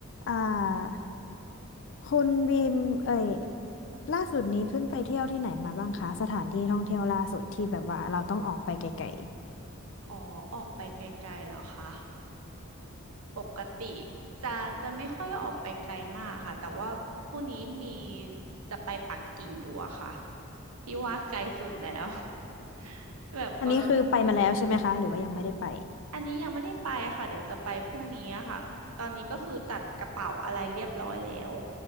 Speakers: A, on the left; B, on the right.
A: อ่าคุณบีมเอ่ยล่าสุดนี้เพิ่งไปเที่ยวที่ไหนมาบ้างคะสถานที่ท่องเที่ยวล่าสุดที่แบบว่าเราต้องออกไปไกล
B: อ๋อออกไปไกลๆเหรอคะ ปกติจะจะไม่ค่อยออกไปไกลมากค่ะแต่ว่าพรุ่งนี้มีจะไปปักกิ่งอยู่อะค่ะที่ว่าไกลสุดแล้ว <laughs> แบบกำลัง
A: ๆอันนี้คือไปมาแล้วใช่ไหมคะหรือว่ายังไม่ได้ไป
B: อันนี้ยังไม่ได้ไปค่ะเดี๋ยวจะไปพรุ่งนี้อะค่ะตอนนี้ก็คือจัดกระเป๋าอะไรเรียบร้อยแล้ว